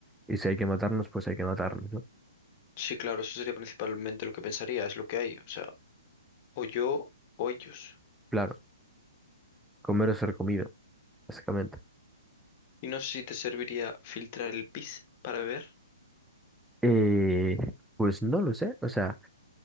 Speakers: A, in the centre; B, on the left.
A: y si hay que matarnos, pues hay que matarnos, ¿no?
B: Sí, claro, eso sería principalmente lo que pensaría, es lo que hay, o sea, o yo o ellos.
A: Claro, comer o ser comido, básicamente.
B: Y no sé si te serviría filtrar el pis para beber.
A: Eh, pues no lo sé. O sea,